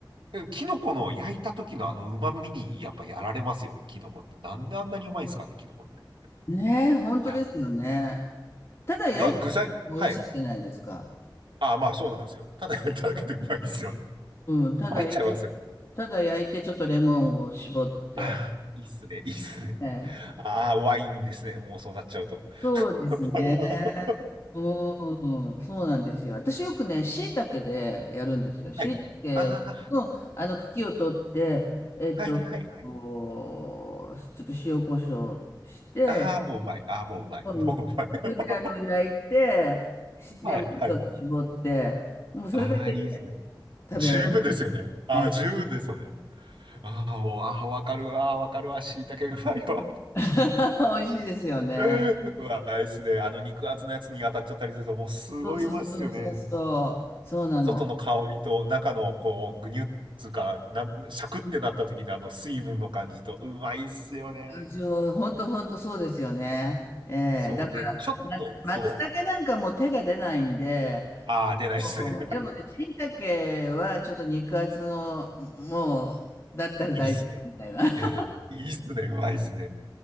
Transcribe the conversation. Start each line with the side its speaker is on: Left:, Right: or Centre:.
Right: う、キノコの焼いた時のあの旨味に、やっぱやられますよね、キノコって。なんであんなにうまいんですかね、キノコって。い
Left: ねえ、本当ですよね。
Right: や、
Left: ただ焼いたら
Right: が、具材、はい。
Left: 美味しいじゃないですか。
Right: ああ、まあそうなんですよ。ただ焼いただけでうまいですよね。
Left: うん、ただ焼い、
Right: 参っちゃいますよね。
Left: ただ焼いて、ちょっとレモンを絞って。
Right: ああ、いいっすね、いいっすね。
Left: ええ
Right: ああ、ワインですね、もうそうなっちゃうと。
Left: そうですね。
Right: <laughs>
Left: うん、そうなんですよ。私よくね、椎茸でやるんですよ。椎茸のあの茎を取って、
Right: はい。あ
Left: えっと、
Right: あ、はいはいはい。
Left: こうちょっと塩コショウして、
Right: ああ、もううまい。ああ、もううまい。
Left: うん、
Right: もううまい。<laughs>
Left: それであの焼いて、しレモンちょっと絞って、
Right: はいはい。
Left: もうそれだけで
Right: ああ、いいですね。
Left: 食べられる
Right: 十分ですよね。ああ、
Left: ね。
Right: 十分ですよね。ああ、もう、ああ、わかるわ、わかるわ、しいたけうまいわ。
Left: <laughs> 美味しいですよね。
Right: <laughs> うわ、あれですね。あの肉厚のやつに当たっちゃったりすると、もうすごいまっすよね。
Left: そうそうそうそうそう。そうなの。
Right: 外の香りと中の、こう、ぐにゅっつうか、なん、シャクってなった時のあの水分の感じと、うまいっすよね。
Left: 上、本当本当そうですよね。ええだから、
Right: そう。で、ちょっと、
Left: ま、松茸なんかもう手が出ないんで、
Right: そう。ああ、出ないっすね。
Left: そうでもね、椎茸はちょっと肉厚の、もう、だったら大丈夫みたいな。
Right: いいっすね。
Left: <laughs>
Right: いや、いいっすね。うまいっすね。